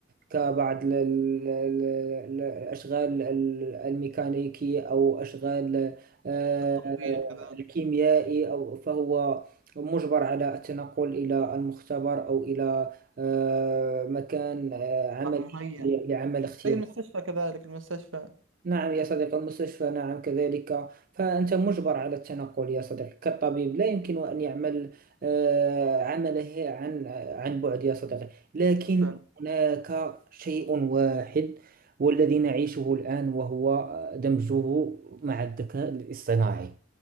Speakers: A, on the right (about 45°); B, on the right (about 75°).
A: كبعض ال- ال- ال- ال- الأشغال ال- الميكانيكية أو أشغال آه،
B: التطبيق كذلك
A: الكيميائي أو فهو مجبر على التنقل إلى المختبر أو إلى آه، مكان آه، عملي
B: صح مهيأ
A: لعمل اختبار
B: أي المستشفى كذلك المستشفى
A: نعم يا صديقي المستشفى نعم كذلك فأنت مجبر على التنقل يا صديقي كالطبيب لا يمكن أن يعمل آه، عمله عن عن بعد يا صديقي لكن
B: فعلا.
A: هناك شيء واحد والذي نعيشه الآن وهو آه، دمجه مع الذكاء الاصطناعي